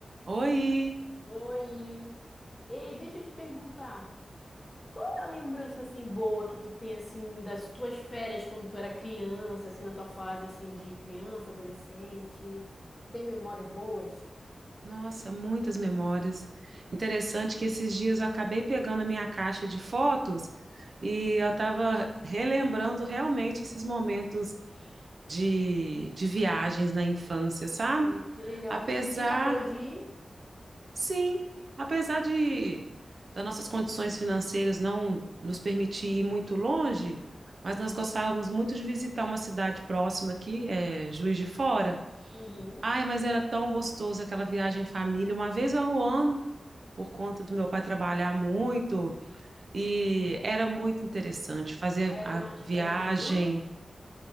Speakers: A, on the right (about 60°); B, on the left (about 30°).
A: Oi!
B: Oi. Ei, deixa eu te perguntar, qual é a lembrança assim boa que tu tem assim das tuas férias quando tu era criança, assim na tua fase assim de criança, adolescente? Tu tem memórias boas?
A: Nossa, muitas memórias. Interessante que esses dias eu acabei pegando a minha caixa de fotos e eu estava relembrando realmente esses momentos de, de viagens na infância, sabe?
B: Ai, que legal.
A: Apesar,
B: Tu tinha pra onde ir?
A: sim, apesar de das nossas condições financeiras não nos permitir ir muito longe, mas nós gostávamos muito de visitar uma cidade próxima aqui, é, Juiz de Fora.
B: Uhum.
A: Ai, mas era tão gostoso aquela viagem em família, uma vez ao ano, por conta do meu pai trabalhar muito, e era muito interessante fazer
B: Era
A: a
B: nas
A: viagem.
B: férias de julho?